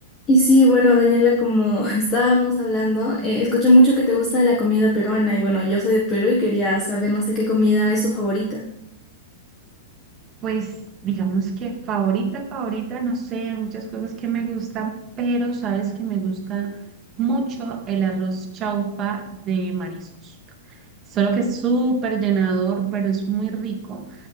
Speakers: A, on the left; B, on the right.
A: Y sí, bueno, Daniela, como <laughs> estábamos hablando, eh, escuché mucho que te gusta la comida peruana y bueno, yo soy de Perú y quería saber, no sé qué comida es tu favorita.
B: Pues digamos que favorita, favorita, no sé, hay muchas cosas que me gustan, pero sabes que me gusta mucho el arroz chaufa de mariscos. Solo que es súper llenador, pero es muy rico